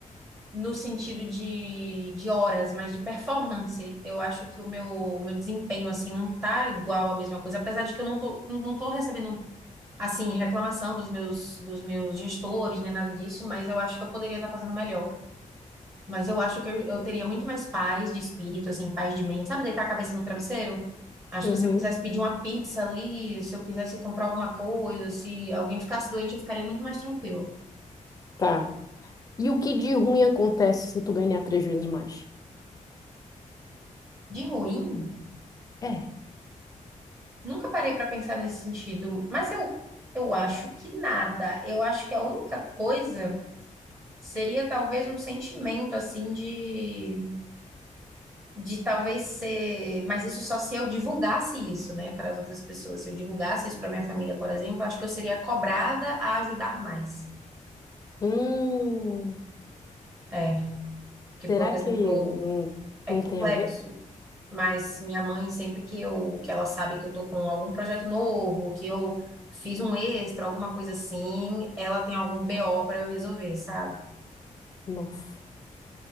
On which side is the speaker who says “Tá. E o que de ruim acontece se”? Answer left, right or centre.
Left